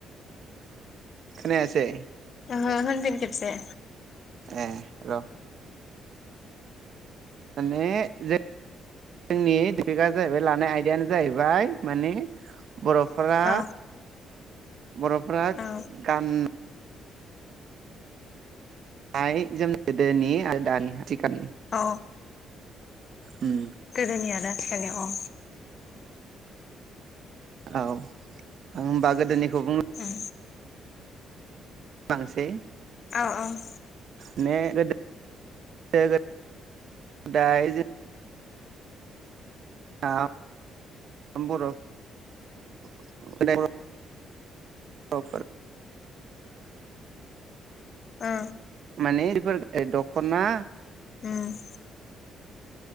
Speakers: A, on the right; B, on the left.
A: खोनायासैय?
B: ओहो होनफिन खेबसे।
A: ए र' माने जे जोंनि टपिकआ जाहैबाय लानाय आयदायानो जाहैबाय माने बर'फोरा
B: औ
A: बर'फोरा
B: औ
A: गान नाइ जोम गोदोनि आरो दानि आथिखालनि
B: अ
A: उम
B: गोदोनि आरो आथिखालनि अ
A: औ होमबा गोदोनिखौ बुं
B: उम
A: बांसै
B: औ औ
A: माने गोदो <unintelligible> दाय <unintelligible> <unintelligible>
B: औ
A: माने बेफोर <unintelligible> दख'ना
B: उम